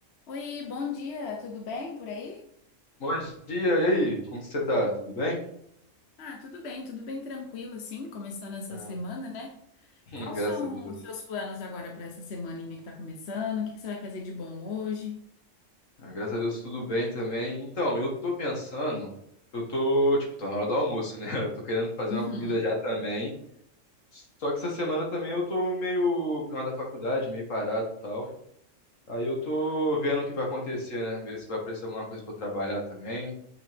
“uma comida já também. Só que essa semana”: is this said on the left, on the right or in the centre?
Left